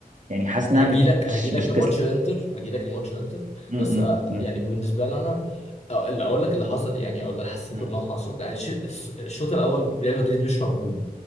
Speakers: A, on the right; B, on the left.
A: يعني حاسس انها
B: هجيلك
A: مش
B: هجيلك
A: مش مش
B: لماتش
A: تسلم
B: انتر هجيلك لماتش انتر
A: م-
B: بس آه،
A: م-
B: يعني بالنسبه لي انا آه، اللي اقول لك اللي حصل يعني او اللي حسيته
A: م-
B: انه حصل يعني الش- الس- الشوط الاول ريال مدريد مش موجود